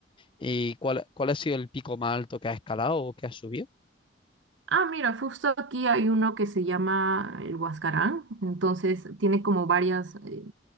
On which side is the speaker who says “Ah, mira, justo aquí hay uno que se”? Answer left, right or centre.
Right